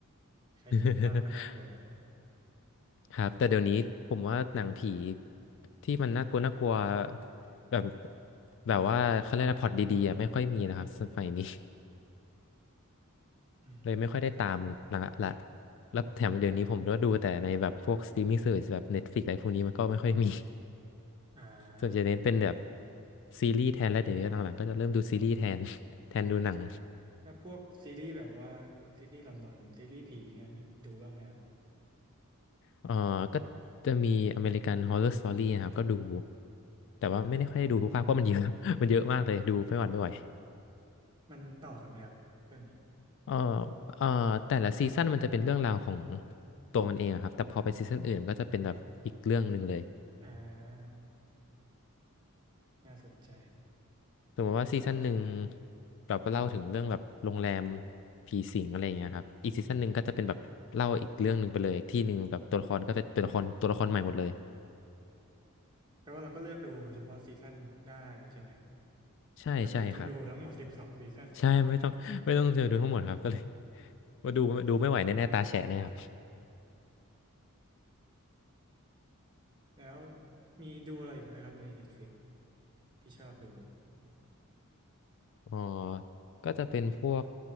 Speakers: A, on the right; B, on the left.
A: แค่เห็นภาพก็น่ากลัวละ
B: <laughs> ครับแต่เดี๋ยวนี้ผมว่าหนังผีที่มันน่ากลัวน่ากลัวแบบแบบว่าเขาเรียกอะไรพล็อตดีๆอะไม่ค่อยมีนะครับสมัยนี้ <laughs>
A: อืม
B: เลยไม่ค่อยได้ตามหนังละแล้วแถมเดี๋ยวนี้ผมก็ดูแต่ในแบบพวกสตรีมมิ่งเซอร์แบบ Netflix อะไรพวกนี้มันก็ไม่ค่อยมี <laughs>
A: อ่า
B: ส่วนจะเน้นเป็นแบบซีรีส์แทนแล้วเดี๋ยวนี้หลังๆก็จะเริ่มดูซีรีส์แทน <laughs> แทนดูหนัง
A: แล้วพวกซีรีส์แบบว่าซีรีส์หลอนๆซีรีส์ผีเงี้ยมีดูบ้างไหมครับ
B: เอ่อก็จะมีอเมริกัน h o r r o r story นะครับก็ดูแต่ว่าไม่ได้ค่อยได้ดูทุกภาคเพราะมันเยอะ <laughs> มันเยอะมากเลยดูไม่หวัดไม่ไหว
A: มันต่อกันไหมครับเรื่องนี้
B: เอ่อเอ่อแต่ละซีซั่นมันจะเป็นเรื่องราวของตัวมันเองอะครับ แต่พอไปซีซั่นอื่นก็จะเป็นแบบอีกเรื่องหนึ่งเลย
A: อ่าน่าสนใจ
B: สมมติว่าซีซั่นหนึ่งแบบเล่าถึงเรื่องแบบโรงแรมผีสิงอะไรอย่างเงี้ยครับอีกซีซั่นหนึ่งก็จะเป็นแบบเล่าอีกเรื่องหนึ่งไปเลยอีกที่หนึ่งแบบตัวละครก็จะเป็นตัวละครตัวละครใหม่หมดเลย
A: แปลว่าเราก็เลือกดูเฉพาะซีซั่นได้ใช่ไหมครับ
B: ใช่
A: ไม่จำเป็นต้องดูทั้งหมดสิบสองซีซั่น
B: ใช่ครับใช่ไม่ต้องไม่ต้องเจอดูทั้งหมดครับก็เลย <laughs> ว่าดูดูไม่ไหวแน่ๆตาแฉะแน่ยครับ
A: แล้วมีดูอะไรอีกไหมครับใน Netflix ที่ชอบดู
B: อ๋อก็จะเป็นพวก